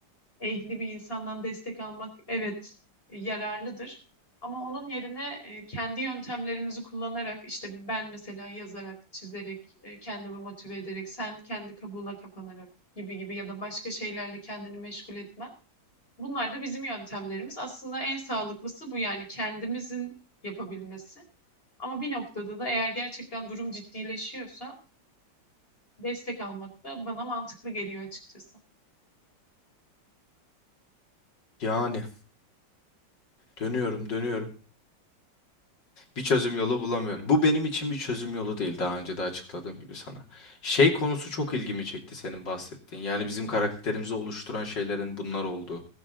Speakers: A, on the left; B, on the left.
A: ehli bir insandan destek almak evet yararlıdır. Ama onun yerine e, kendi yöntemlerimizi kullanarak işte ben mesela yazarak, çizerek, e, kendimi motive ederek, sen kendi kabuğuna kapanarak gibi gibi ya da başka şeylerle kendini meşgul etmen. Bunlar da bizim yöntemlerimiz. Aslında en sağlıklısı bu yani kendimizin yapabilmesi. Ama bir noktada da eğer gerçekten durum ciddileşiyorsa destek almak da bana mantıklı geliyor açıkçası.
B: Yani dönüyorum dönüyorum. Bir çözüm yolu bulamıyorum. Bu benim için bir çözüm yolu değil daha önce de açıkladığım gibi sana. Şey konusu çok ilgimi çekti senin bahsettiğin. Yani bizim karakterimizi oluşturan şeylerin bunlar olduğu.